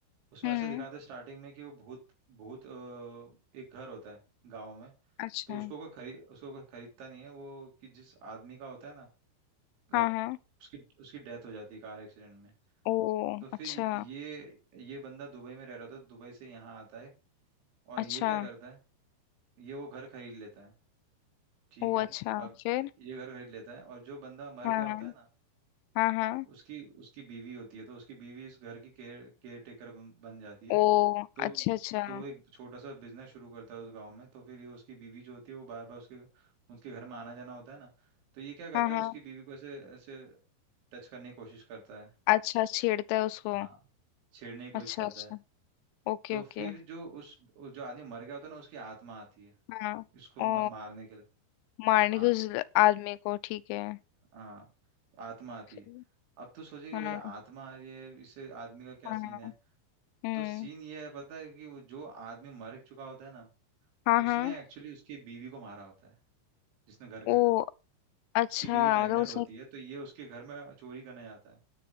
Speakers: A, on the right; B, on the left.
A: उसमें
B: हम्म
A: ऐसे दिखाते हैं स्टार्टिंग में कि वो भूत भूत अ, एक घर होता है गाँव में
B: अच्छा
A: तो उसको कोई खरीद उसको कोई खरीदता नहीं है वो कि जिस आदमी का होता है ना घर
B: हाँ हाँ
A: उसकी उसकी डेथ हो जाती है कार एक्सीडेंट में
B: ओ
A: तो फिर
B: अच्छा
A: ये ये बंदा दुबई में रह रहा था तो दुबई से यहाँ आता है और
B: अच्छा
A: ये क्या करता है ये वो घर खरीद लेता है ठीक
B: ओ
A: है
B: अच्छा
A: अब
B: फिर
A: ये घर खरीद लेता है और जो बंदा मर
B: हाँ
A: गया होता
B: हाँ
A: है ना
B: हाँ हाँ
A: उसकी उसकी बीवी होती है तो उसकी बीवी इस घर की केयर केयर टेकर बन बन जाती है
B: ओ
A: तो
B: अच्छा अच्छा
A: तो वो एक छोटा सा बिजनेस शुरू करता है उस गांव में तो फिर ये उसकी बीवी जो होती है वो बार बार उसके उसके घर में आना जाना होता है ना तो ये क्या करता
B: हाँ हाँ
A: है उसकी बीवी को ऐसे ऐसे टच करने की कोशिश करता है
B: अच्छा छेड़ता है उसको
A: हाँ छेड़ने की कोशिश
B: अच्छा
A: करता
B: अच्छा
A: है
B: Okay
A: तो
B: okay
A: फिर जो उस वो जो आदमी मर गया होता है ना उसकी आत्मा आती है
B: हाँ
A: इसको
B: ओ
A: म- मारने के लिए
B: मारने
A: हाँ
B: की उस आदमी को ठीक है
A: हाँ आत्मा आती
B: फिर
A: है अब तो सोचे
B: हाँ
A: कि भाई
B: हाँ
A: आत्मा आ रही है इससे आदमी का क्या
B: हाँ,
A: सीन है
B: हम्म
A: तो सीन ये है पता है कि वो जो आदमी मर चुका होता है ना
B: हाँ
A: उसने
B: हाँ
A: एक्चुअली उसकी बीवी को मारा होता है जिसने घर खरीदा
B: ओ अच्छा
A: उसकी बीवी प्रेग्नेंट
B: मतलब उसने
A: होती है तो ये उसके घर में चोरी करने जाता है